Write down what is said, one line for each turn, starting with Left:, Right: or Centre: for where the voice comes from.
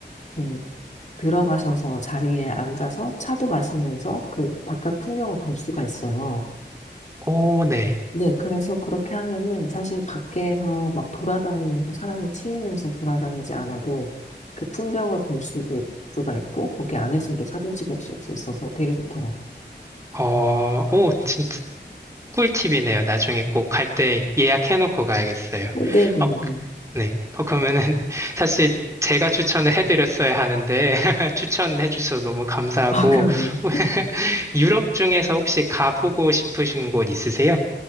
Left: 그 들어가셔서 자리에 앉아서 차도 마시면서 그 바깥 풍경을 볼 수가 있어요.
Right: 오, 네.
Left: 네, 그래서 그렇게 하면은 사실 밖에서 막 돌아다니면서 사람이 치이면서 돌아다니지 않아도 그 풍경을 볼 수, 가 있고 거기 안에서 이렇게 사진 찍을 수 있어서 되게 좋더라고요.
Right: 어, 오, 진짜. 꿀팁이네요. 나중에 꼭 갈 때 예약해놓고 가야겠어요.
Left: 어, 네, 네,
Right: 어,
Left: 네.
Right: 네. 어, 그러면은 <laughs> 사실 제가 추천을 해드렸어야 하는데 <laughs> 추천해주셔서 너무 감사하고
Left: 아, 그럼.
Right: <laughs> 유럽 중에서 혹시 가보고 싶으신 곳 있으세요?